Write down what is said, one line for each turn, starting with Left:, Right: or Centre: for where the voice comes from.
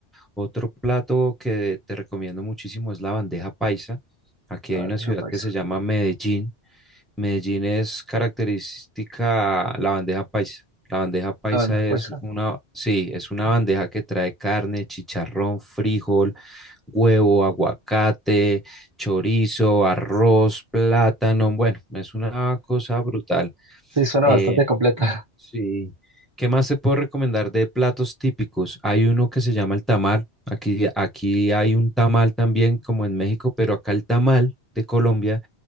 Centre: Otro plato que te recomiendo muchísimo es la bandeja paisa. Aquí
Right: La
Centre: hay
Right: bandeja
Centre: una ciudad
Right: paisa.
Centre: que se llama Medellín. Medellín es característica la bandeja paisa. La bandeja paisa
Right: La bandeja
Centre: es
Right: paisa.
Centre: una, sí, es una bandeja que trae carne, chicharrón, frijol, huevo, aguacate, chorizo, arroz, plátano. Bueno, es una cosa brutal.
Right: Sí, suena
Centre: Eh,
Right: bastante completa.
Centre: sí. ¿Qué más te puedo recomendar de platos típicos? Hay uno que se llama el tamal. Aquí, aquí hay un tamal también, como en México, pero acá el tamal de Colombia